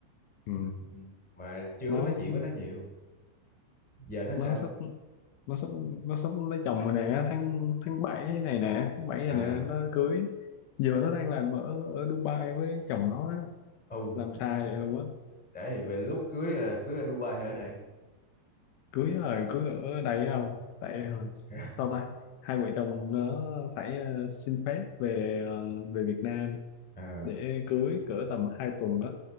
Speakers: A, on the left; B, in the centre.
A: ừ,
B: Ừ. Mà chưa
A: nó
B: có nói chuyện với nó nhiều. Giờ nó sao?
A: nó sắp nó sắp nó sắp lấy chồng rồi nè tháng tháng bảy này nè tháng bảy này
B: À,
A: nè nó cưới giờ nó đang làm ở ở Dubai với chồng nó á,
B: ừ.
A: làm sai vậy luôn á
B: Để về lúc cưới là cưới ở Dubai hay ở đây?
A: cưới là cưới ở đây không tại ờ,
B: <laughs>
A: sao ta hai vợ chồng nó phải ờ, xin phép về ờ, về Việt Nam
B: à
A: để cưới cỡ tầm 2 tuần đó